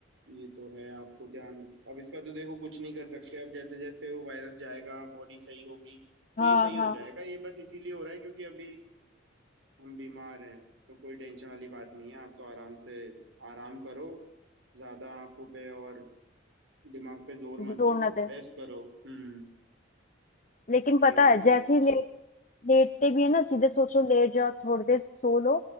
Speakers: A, on the right; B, on the left.
A: ये तो है आपको ध्यान अब इसका तो देखो कुछ नहीं कर सकते अब जैसे जैसे वो वायरस जाएगा बॉडी सही होगी तो
B: हाँ
A: ये सही हो
B: हाँ
A: जाएगा ये बस इसीलिए हो रहा है क्योंकि अभी हम बीमार हैं तो कोई टेंशन वाली बात नहीं है आप तो आराम से आराम करो ज्यादा आंखों पे और दिमाग पे जोर मत
B: जोर
A: दो
B: ना दे
A: रेस्ट करो हम्म
B: लेकिन
A: सही
B: पता
A: हो
B: है
A: जाएगा
B: जैसे ही ले लेटते भी है ना सीधे सोचो लेट जाओ थोड़ी देर सो लो